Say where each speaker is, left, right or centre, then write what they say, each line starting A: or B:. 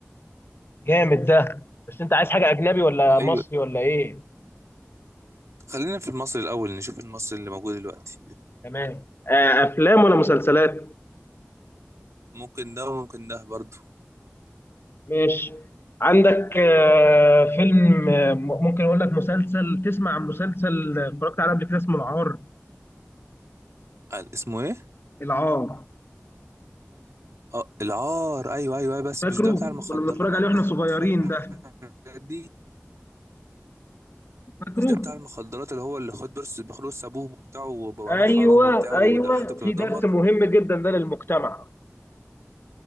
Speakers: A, on the left (about 50°); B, on the right (about 80°).
A: جامد ده بس انت عايز حاجه اجنبي ولا مصري
B: ايوه
A: ولا ايه
B: خلينا في المصري الاول نشوف المصري اللي موجود دلوقتي
A: تمام آه افلام ولا مسلسلات
B: ممكن ده وممكن ده برضه
A: ماشي عندك آه، فيلم آه، م- ممكن اقول لك مسلسل تسمع عن مسلسل آه، اتفرجت عليه قبل كده اسمه العار
B: قال اسمه ايه؟
A: العار
B: اه العار ايوه ايوه أيوة، بس
A: فاكره
B: مش ده بتاع المخدرات
A: كنا بنتفرج عليه واحنا صغيرين ده
B: والحاجات دي
A: فاكره
B: مش ده بتاع المخدرات اللي هو اللي خد بس بياخد بس ابوهم وبتاعه وبعمل
A: ايوه
B: حرام وبتاعه وده
A: ايوه
B: حتى بيتدمر
A: في درس مهم جدا ده للمجتمع